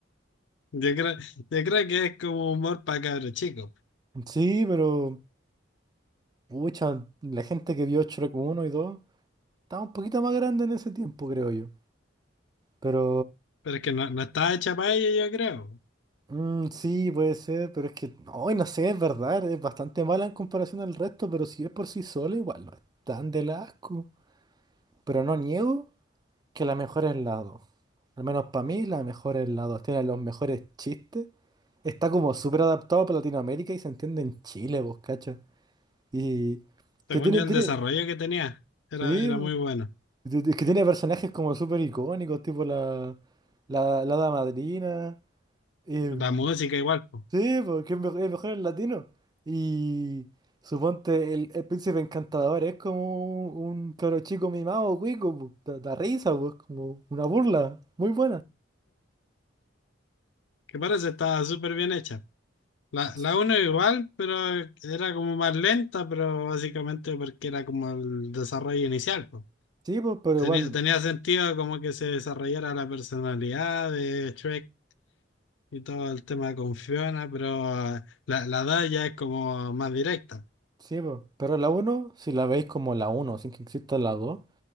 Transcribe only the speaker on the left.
Yo creo, yo creo que es como humor para cabros chicos,
Pero es que no, no estaba hecha para ello, yo creo.
Según
yo,
el desarrollo que tenía era,
era muy bueno.
La música igual, pues.
Que parece estaba súper bien hecha. La,
la uno igual, pero era como más lenta, pero básicamente porque era como el desarrollo inicial, pues.
Tenía,
tenía sentido como que se desarrollara la personalidad de Shrek y todo el tema con Fiona, pero ah, la, la dos ya es como más directa.